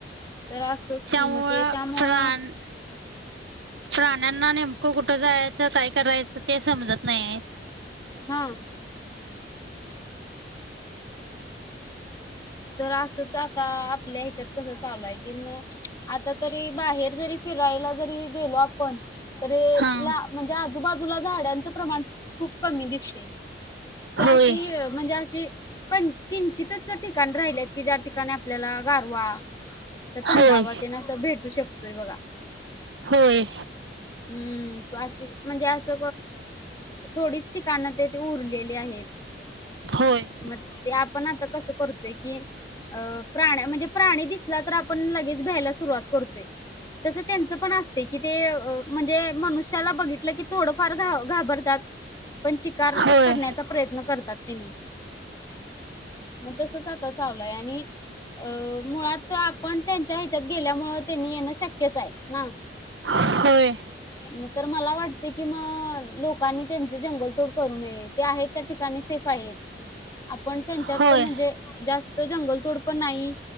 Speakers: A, on the left; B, on the right.
A: तर असच
B: त्यामुळं
A: कि म ते त्यामुळ
B: प्राण प्राण्यांना नेमक कुठ जायच काय करायच ते समजत नाहीये
A: हा तर आसच आता आपल्या ह्याच्यात कस चालूय कि म आता तरी बाहेर जरी फिरायला जरी गेलो पण रे
B: हां
A: ला म्हणजे आजूबाजूला झाडांच प्रमाण खूप कमी दिसते की
B: होय
A: अशी म्हणजे अशी पण किंचितच ठिकाणी राहिलेत की ज्या ठिकाणी आपल्याला गारवा अस
B: होय
A: थंडावा तेन अस भेटू शकतोय बघा
B: होय
A: हम् अशी म्हणजे अस थोडीच ठिकाण ते ते उरलेले आहेत
B: होय.
A: म ते आपण आता कसं करतोय की अ प्राण्या म्हणजे प्राणी दिसला तर आपण लगेच भ्यायला सुरुवात करतोय. तस त्यांच पण <unintelligible> ते म्हणजे मनुष्याला बघितलं की थोडंफार घाब घाबरतात. पण शिकार
B: होय
A: करण्याचा प्रयत्न करतात तेनी. मग तसच आता चालूय आणि अ मुळात आपण त्यांच्या ह्याच्यात गेल्यामुंळ त्यांनी येणं शक्यच आहे, ना.
B: होय.
A: म तर मला वाटते कि म लोकांनी त्यांच जंगलतोड करू नये. ते आहेत त्या ठिकाणी सेफ आहेत.
B: <inaudible>
A: आपण त्यांच्यात
B: होय
A: म्हणजे जास्त जंगलतोड पण नाही